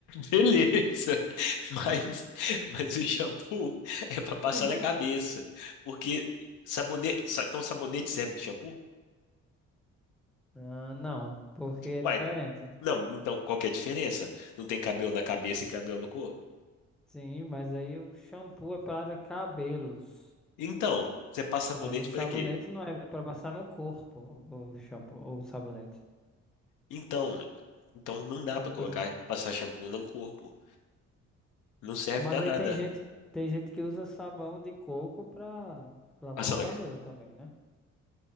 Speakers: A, on the left; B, in the centre.
A: beleza. Mas,
B: Hum,
A: mas o shampoo é pra passar
B: Sim.
A: na cabeça. Porque sabonete,
B: Não,
A: sa- então sabonete serve de shampoo?
B: Ah, não, porque é
A: Uai,
B: diferente.
A: não, então qual que é a diferença? Não tem cabelo na cabeça e cabelo no corpo?
B: Sim, mas aí o shampoo é para cabelos.
A: Então, você passa sabonete
B: Mas o sabonete
A: pra quê?
B: não é, é para passar no corpo, o shampoo ou o sabonete.
A: Então, então não dá
B: São
A: pra
B: coisas.
A: colocar, passar shampoo no corpo. Não serve
B: Mas
A: pra
B: aí
A: nada.
B: tem gente, tem gente que usa sabão de coco para lavar
A: Passar
B: o cabelo
A: na... ca-
B: também, né?